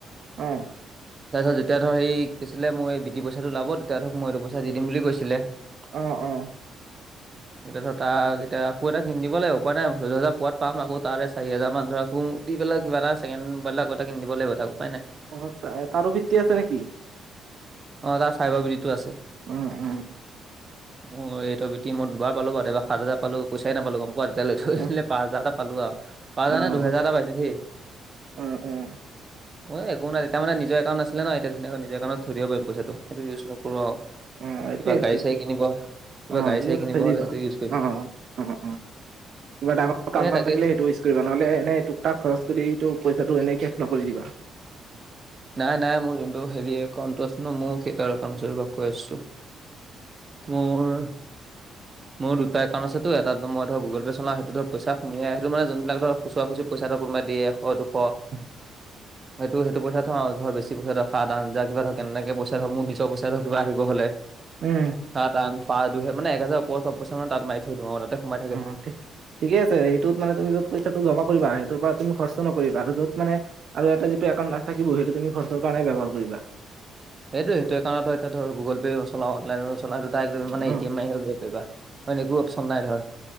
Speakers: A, on the right (about 60°); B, on the right (about 35°).
A: অ।
B: তাৰপিছত যেতিয়া ধৰ সেই কৈছিলে মোৰ এই বিটি পইচাটো ওলাব, তেতিয়া ধৰক মই এইটো পইচা দি দিম বুলি কৈছিলে।
A: অঁ অঁ।
B: এতিয়া ধৰা তাক এতিয়া আকৌ এটা কিন দিব লাগিব উপাই নাই চৈধ্য হাজাৰ পোৱাত পাম আকৌ তাৰে চাৰি হাজাৰ মান ধৰ আকৌ দি পেলাই কিবা এটা ছেকেণ্ড হেণ্ড মোবাইল এটা কিনি দিব লাগিব তাকো
A: অ তাৰো বৃত্তি আছে নেকি?
B: অ তাৰ ফাইবৰ বৃত্তিটো আছে।
A: অ, অ, অ
B: মোৰ এইটৰ বৃত্তি মই দুবাৰ পালো পোৱাত, এবাৰ সাত হাজাৰ পালো পইচাই নাপালো গম পোৱা নে এতিয়া লৈ থৈ
A: অ',
B: দিলে পাঁচ হোজাৰ এটা পালো আও, পাঁচ
A: অ',
B: হাজাৰ নে দুহেজাৰ এটা পাইছো সেই।
A: অ',
B: মোল একো নাই তেতিয়া মানে নিজৰ একাউণ্ট নাছিলে ন এতিয়া ধুনীয়াকৈ নিজৰ একাউণ্টত থৈ দিব পাৰিম পইচাটো এইটো ইউজ নকৰো অ
A: অ', এইটোয়ে
B: কিবা গাড়ী-চাড়ী
A: ঠিক
B: কিনিব। কিবা
A: অ',
B: গাড়ী-চাড়ী
A: ঠিক আছে
B: কিনিব
A: থৈ দিবা
B: হ'লে সেইটো ইউজ কৰিম।
A: অ', অ', অ', অ', কিবা ডাঙৰ কাম
B: এই
A: চাম
B: তাকে
A: থাকিলে সেইটো ইউজ কৰিবা নহলে এনে তোক তাক খৰচ কৰি সেইটো পইচাটো এনে শেষ নকৰি দিবা।
B: নাই নাই মোৰ যোনটো হেৰি একাউণ্টটো আছে ন মই সেইটো একাউণ্টৰ পৰা কৈ আছো। মোৰ মোৰ দুটা একাউণ্ট আছে টো এটাতো মই ধৰ গুগল পে চলাও সেইটো ধৰ পইছা সুমিৱাই সেইটো মানে যোনবিলাক ধৰ খুচুৰা-খুচৰি পইচাটো কোনোবাই দিয়ে এশ দুশ
A: <inaudible>
B: সেইটো সেইটো পইচা থওঁ আৰু ধৰ বেছি পইচা ৰখা সাত আঠ হাজাৰ এনেকে পইচা ধৰ মোৰ নিজৰ পইচা ধৰ কিবা আহিব হলে
A: উম।
B: সাত আঠ পাঁচ দুই মানে একহাজাৰৰ ওপৰৰ চব পইছা মানে তাতে মাৰি থৈ দিওঁ আও, তাতে সোমাই থাকে।
A: অ ঠিকে আছে সেইটোত মানে তুমি য'ত পইচাটো জমা কৰিবা সেইটোৰ পৰা তুমি খৰচ নকৰিবা আৰু য'ত মানে আৰু এটা যিটো একাউণ্ট থাকিব সেইটো তুমি খৰচৰ কাৰণে ব্যবহাৰ কৰিবা।
B: সেইটো সেইটো একাউণ্টত ধৰ গুগল পে চলাওঁ অনলাইনটো চলাওঁ সেইটো ডাইৰেক্ট তুমি মানে
A: অ
B: এ টি এম মাৰি উলিয়াব পাৰিবা। অইন একো অপচন নাই ধৰ,